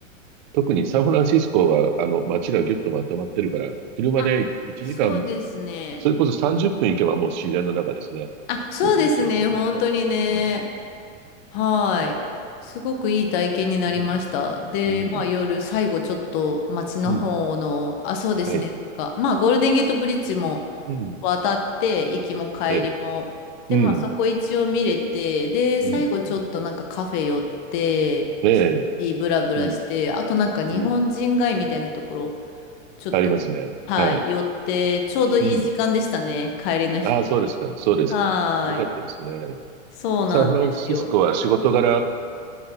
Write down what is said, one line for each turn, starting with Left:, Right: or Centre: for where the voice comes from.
Right: 特にサンフランシスコは、あの、街がぎゅっとまとまってるから、車で1時間、
Left: あ、そうですね。
Right: それこそ30分行けばもう自然の中ですね。
Left: あ、そうですね、
Right: 僕の経験だと。
Left: 本当にね。
Right: うん、
Left: はい。
Right: そう
Left: すごくいい体験になりました。
Right: うん、
Left: で、
Right: うん、
Left: まあ夜、最後ちょっと街の方の、
Right: うん。
Left: あ、そうですね。
Right: はい。
Left: なんか、まあゴールデンゲートブリッジも
Right: うん。
Left: 渡って、行きも帰りも。
Right: ええ。
Left: で、
Right: うん。
Left: まあそこ一応見れて、で、最後ちょっとなんかカフェ寄って、
Right: うん。うんええ。
Left: シティブラブラして、
Right: うん。
Left: あとなんか日本人街みたいなところ、
Right: うん。
Left: ちょっと、
Right: ありますね。
Left: はい、
Right: はい。
Left: 寄って、ちょうどいい時間でしたね。
Right: うん。
Left: 帰りの飛行機。
Right: ああ、そうですか。そうですか。
Left: はい。
Right: よかったですね。
Left: そうなんですよ。
Right: サンフランシスコは仕事柄、